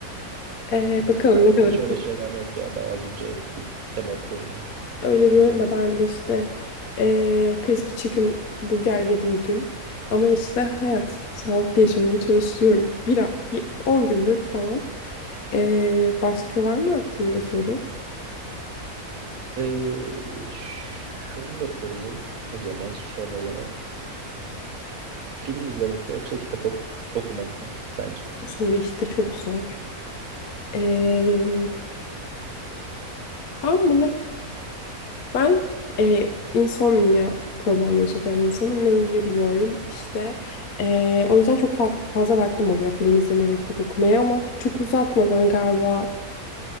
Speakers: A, on the left; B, on the right.
A: eee, bakalım
B: Ben
A: ne kadar
B: de hiç öyle şeyler yok ya. Daha az önce bir kebap gömdüm.
A: öyle
B: O
A: diyorum
B: yüzden.
A: da ben de işte eee crispy chicken burger yedim dün ama işte hayat sağlıklı yaşamaya çalışıyorum bir, a- bir 10 gündür falan Eee, başka var mı aklında soru?
B: Ee, şunu da sorayım o zaman son olarak. Film izlemek mi yoksa kitap oku- okumak mı sence?
A: Bu soru işte çok zor. Eee ben buna Ben e, insomnia problemleri çeken bir insanım. Ne uyuyabiliyorum işte. E, o yüzden çok fa- fazla vaktim oluyor film izlemeye ve kitap okumaya ama çok uzatmadan galiba